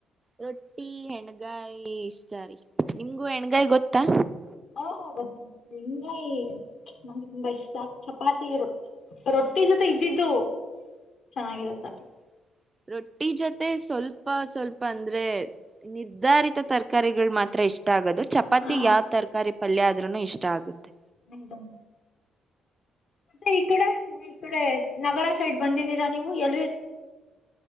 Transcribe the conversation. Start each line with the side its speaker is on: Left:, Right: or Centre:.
Right: ರೊಟ್ಟಿ ಹೆಣಗಾಯಿ ಇಷ್ಟಾರಿ ನಿಮ್ಗೂ ಹೆಣಗಾಯಿ ಗೊತ್ತಾ
Left: ಓ ಗೊತ್ತ ಹೆಂಗಾಯಿ ನಮ್ಗೆ ತುಂಬಾ ಇಷ್ಟ ಚಪಾತಿ ರೊಟ್ಟಿ ಜೊತೆ ಇದ್ದಿದ್ದು ಚೆನ್ನಾಗಿರತ್ತ
Right: ಹ್ಮ್ ರೊಟ್ಟಿ ಜೊತೆ ಸ್ವಲ್ಪ ಸ್ವಲ್ಪ ಅಂದ್ರೆ ನಿರ್ಧಾರಿತ ತರಕಾರಿಗಳು ಮಾತ್ರ ಇಷ್ಟ ಆಗೋದು ಚಪಾತಿ
Left: ಹಾ
Right: ಯಾವ್ ತರಕಾರಿ ಪಲ್ಯ ಆದ್ರರುೂ ಇಷ್ಟ ಇಷ್ಟ ಆಗುತ್ತೆ
Left: ಹ ಮತ್ತೆ ಈ ಕಡೆ ಈ ಕಡೆ ನಗರ ಸೈಡ್ ಬಂದಿದ್ದೀರಾ ನೀವು ಎಲ್ಲಿ